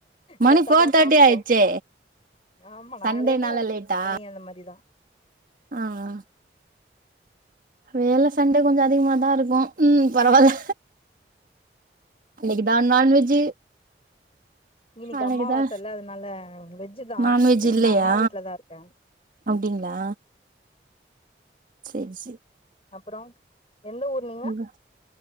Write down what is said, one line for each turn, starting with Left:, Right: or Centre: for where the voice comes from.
Right: மணி
Left: லேட்டாதா
Right: ஃபோர் தேர்ட்டி
Left: சாப்டோ
Right: ஆயிடுச்சே
Left: ஆமா நா
Right: சண்டேனால
Left: லேட்டாதா
Right: லேட்டா
Left: <inaudible> பண்ணி அந்த மாரி தா
Right: ஆ ஆ வேல சண்டே கொஞ்ச அதிகமாதா இருக்கூ ம் பரவால்ல அன்னைக்கிதா நான்வெஜ்ஜு
Left: இன்னிக்கு
Right: அன்னைக்குதா
Left: அம்மாவாசல்ல அதனால வெஜ் தா
Right: நான்வெஜ் இல்லையா
Left: நா அம்மா வீட்ல தா இருக்க
Right: அப்டிங்களா சேர் சேர்
Left: அப்பறோ எந்த ஊர் நீங்க
Right: உங்க